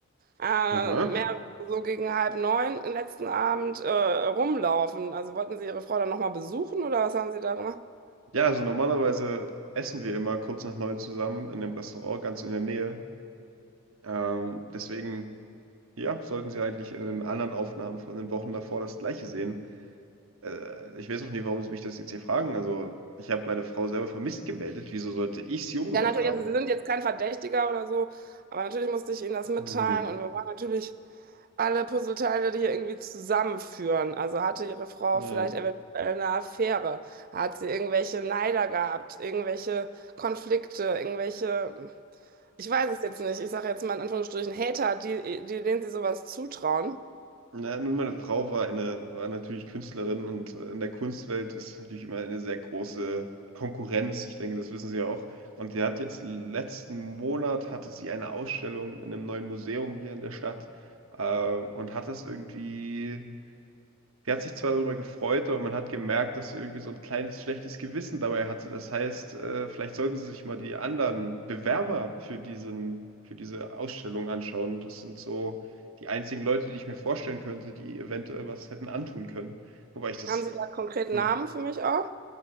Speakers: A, on the right (about 40°); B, on the right (about 75°).
A: äh,
B: Aha.
A: mehr so gegen halb neun letzten Abend äh, rumlaufen. Also wollten Sie Ihre Frau dann nochmal besuchen oder was haben Sie da gemacht?
B: Ja, also normalerweise essen wir immer kurz nach neun zusammen in dem Restaurant ganz in der Nähe. Ähm, deswegen, ja, sollten Sie eigentlich in den anderen Aufnahmen von den Wochen davor das Gleiche sehen. Äh, ich weiß noch nie, warum Sie mich das jetzt hier fragen. Also, ich habe meine Frau selber vermisst gemeldet. Wieso sollte ich sie umgebracht
A: Ja, natürlich,
B: haben?
A: also Sie sind jetzt kein Verdächtiger oder so, aber natürlich musste ich Ihnen das mitteilen
B: Mhm.
A: und wir waren natürlich alle Puzzleteile die hier irgendwie zusammenführen. Also hatte ihre Frau
B: Ja.
A: vielleicht eventuell eine Affäre? Hat sie irgendwelche Neider gehabt? Irgendwelche Konflikte? Irgendwelche, ich weiß es jetzt nicht, ich sage jetzt mal in Anführungsstrichen Hater, die, die, denen sie sowas zutrauen.
B: Na, nun, meine Frau war eine, war natürlich Künstlerin und äh, in der Kunstwelt ist natürlich immer eine sehr große Konkurrenz. Ich denke, das wissen Sie ja auch. Und die hat jetzt letzten Monat hatte sie eine Ausstellung in einem neuen Museum hier in der Stadt ähm, und hat das irgendwie. Sie hat sich zwar darüber gefreut, aber man hat gemerkt, dass sie irgendwie so ein kleines schlechtes Gewissen dabei hatte. Das heißt, äh, vielleicht sollten Sie sich mal die anderen Bewerber für diesen für diese Ausstellung anschauen. Das sind so die einzigen Leute, die ich mir vorstellen könnte, die eventuell was hätten antun können. Wobei ich das
A: Haben Sie da konkret
B: hm,
A: Namen für mich auch?